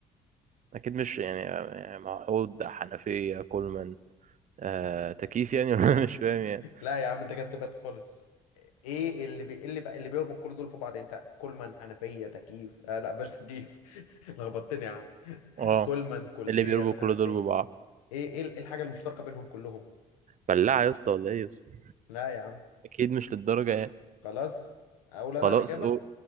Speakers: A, on the right; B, on the left.
A: اكيد مش يعني يعني موحود حنفية كولمان آه تكييف يعني <laughs> ولا مش فاهم يعني
B: لا يا عم انت كده بتبعد خالص ايه اللي بي... إيه اللي بقى اللي بيربط كل دول في بعض يعني انت كولمان حنفية تكييف آه لا مش تكييف <laughs> لخبطتني يا عم
A: اه
B: كولمان كولدير
A: اللي بيربوا كل
B: حنفية
A: دول
B: ايه
A: ببعض
B: ايه ال- إيه الحاجة المشتركة بينهم كلهم
A: بلاعة يا اسطى ولا ايه يا اسطى
B: لا يا عم
A: اكيد مش للدرجة يعني
B: خلاص اقول انا
A: خلاص
B: الإجابة
A: قول